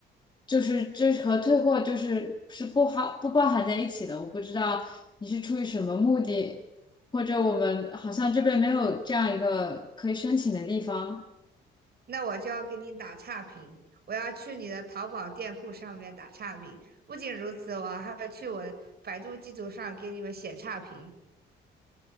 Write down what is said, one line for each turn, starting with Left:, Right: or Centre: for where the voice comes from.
Left: 就是这和退货就是是不好不包含在一起的。我不知道你是出于什么目的，或者我们好像这边没有这样一个可以申请的地方。
Right: 那我就要给你打差评，我要去你的淘宝店铺上面打差评。不仅如此，我还会去我百度地图上给你们写差评。